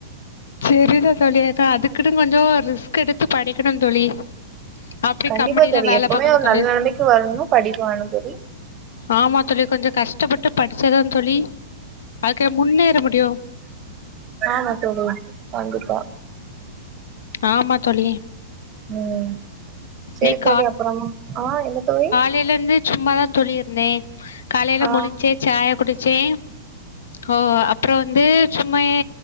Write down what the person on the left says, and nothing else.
செரிதா தோழி அதா அதுக்குனு கொஞ்சோ ரிஸ்க் எடுத்து படிக்கணு தோழி அப்டி
கம்பெனில
வேல
பாக்கணு
தோழி
ஆமா தோழி கொஞ்ச கஷ்டப்பட்டு படிச்சா தா தோழி அதுக்கு முன்னேற முடியு
ஆமா தோழி
இன்னைக்கு
லையில இருந்து சும்மாதா தோழி இருந்தே காலையில
முழிச்சே சாயா குடிச்சே ஓ அப்புற வந்து சும்மாயே